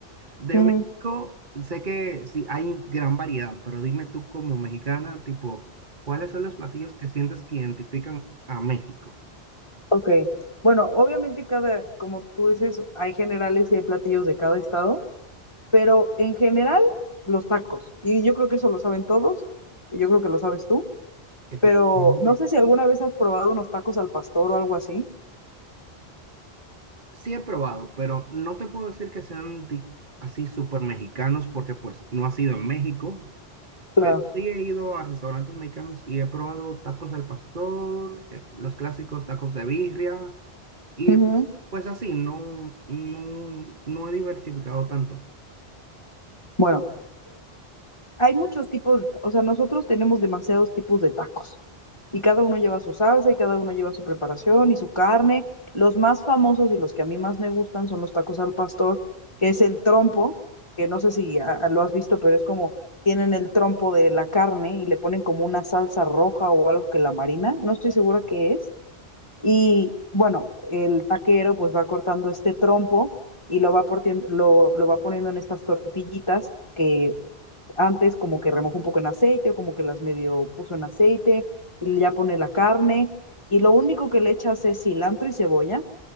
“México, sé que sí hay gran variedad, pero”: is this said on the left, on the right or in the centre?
Right